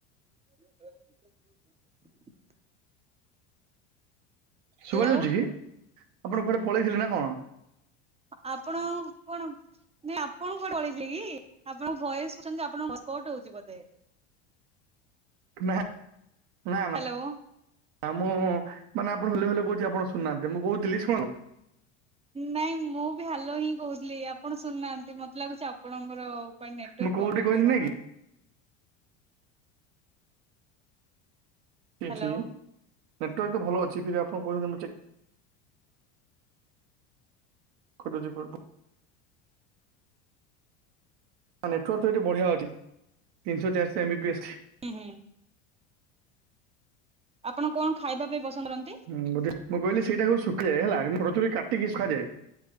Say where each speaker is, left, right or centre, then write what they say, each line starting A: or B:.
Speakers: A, on the right; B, on the right.
A: <unintelligible> ହ୍ୟାଲୋ
B: ଶୁଭା ଯାଉଛି କି ଆପଣ କୁଆଡେ ପଳେଇଥିଲେ ନା କଣ?
A: ଆପଣ କଣ? ନାଇଁ ଆପଣଙ୍କୁ କୁଆଡେ ପଳଇଥିଲେ କି? ଆପଣଙ୍କ ଭୟସ ଦଉଛନ୍ତି ଆପଣଙ୍କ ଭୟସ୍ କଟ୍ ହଉଛି ବୋଧେ।
B: ନା, ନା,
A: ହ୍ୟାଲୋ
B: ନା। ଆଉ ମୁଁ ମାନେ ଆପଣ ହେଲୋ ହେଲୋ କହୁଛି ଆପଣ ଶୁନାହାନ୍ତି, ମୁଁ କହୁଥିଲି ଶୁଣୁନ୍ତୁ
A: ନାଇଁ ମୁଁ ବି ହାଲୋ ହିଁ କହୁଥିଲି ଆପଣ ଶୁଣି ନାହାନ୍ତି ମତେ ଲାଗୁଛି ଆପଣଙ୍କର ବଟ ନେଟୱର୍କ୍
B: ମୁଁ କୋଉଠି
A: ପ୍ରବ୍ଲେମ୍
B: କହିଲି
A: ନା କଣ?
B: ନାଇଁ କି
A: ହାଲୋ
B: ଠି ନେଟୱାର୍କ ଭଲ ଅଛି ଦିଦି ଆପଣ କହୁଛନ୍ତି ମୁଁ ଚେକ୍ କରିଦଉଛି, <unintelligible> ନା ନେଟୱାର୍କ ତ ଏଠି ବଢିଆ ଅଛି ତିନିଶ ଚାରିଶ ଏମ ବି
A: ହୁଁ ଆପଣ କଣ ଖାଇବା ପାଇଁ ପସନ୍ଦ କରନ୍ତି?
B: ହଁ ବୋଧେ ମୁଁ କହିଲି ସେଇଟାକୁ ଶୁଖେ ହେଲା ମଝିରେ କାଟିକି ଶୁଖାଯାଏ।